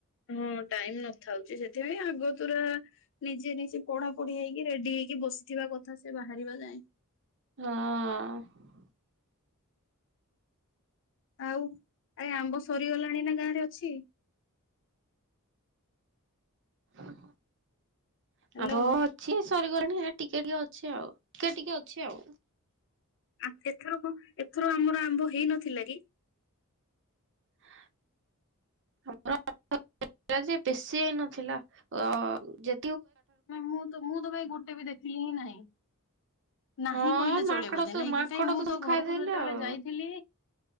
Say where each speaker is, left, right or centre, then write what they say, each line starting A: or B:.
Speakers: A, on the left (about 60°); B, on the right (about 55°).
A: ହଁ ଟାଇମ ନଥାଉଛି ସେଥିପାଇଁ ଆଗ ତୁରା ନିଜେ ନିଜେ ପଢା ପଢି ହେଇକି ରେଡି ହେଇକି ବସିଥିବା କଥା ସେ ବାହାରିବା ଯାଏଁ।
B: ହଁ।
A: ଆଉ ଆରେ ଆମ୍ବ ସରିଗଲାଣି ନା ଗାଁ ରେ ଅଛି।
B: <unintelligible> <unintelligible>
A: ହାଲୋ।
B: ଅଛି ସରିଗଲାଣି ହେ ଟିକେ ଟିକେ ଅଛି ଆଉ କିଏ ଟିକେ ଅଛି ଆଉ।
A: ଆଉ ସେଥର କଣ? ଥର ଆମର ଆମ୍ବ ହେଇ ନଥିଲା କି?
B: <inaudible> ବେଶୀ ହେଇ ନଥିଲା ଅ ଯେ
A: ମ ମୁଁ ତ ମୁଁ ତ କାଇଁ ଗୋଟେ ବି ଦେଖିଲି ହିଁ ନାହିଁ। ନାହିଁ
B: ହଁ
A: କହିଲେ
B: ମାଙ୍କଡ
A: ଚଳିବ ଦ
B: ତ
A: ନାଇ
B: ମାଙ୍କଡ
A: କିି କାଇଁ ମୁଁ
B: ସବୁ
A: ତ
B: ଖାଇଦେଲେ
A: ଘରକୁ ଯେତେବେଳେ
B: ଆଉ
A: ଯାଇଥିଲି